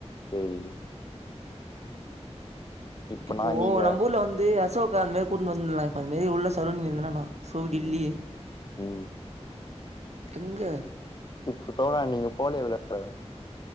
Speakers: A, on the left; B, on the right.
A: பேய்ங் இப்ப
B: இப்போ
A: நா நீங்க
B: நம்ம ஊர்ல வந்து அசோக் அந் மாரி கூட்னு வந்துலா இப்ப அது மேரி உள்ள சருணி இந்தனா என்ன சோ
A: ம்
B: டில்லி
A: ம்
B: எங்க
A: இப்ப தோழா நீங்க போலியா விளாட